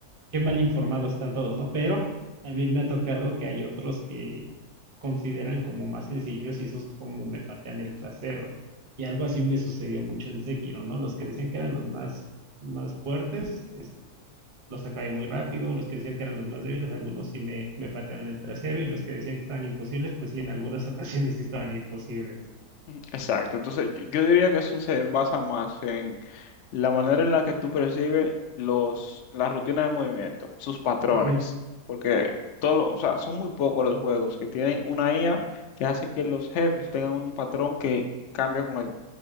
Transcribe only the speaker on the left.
Ujú, Exacto, entonces yo yo diría que eso se basa más en la manera en la que tú percibes los, las rutinas de movimiento, sus patrones,
porque todo, lo- o sea, son muy pocos los juegos que tienen una IA que hace que los jefes tengan un patrón que cambia con el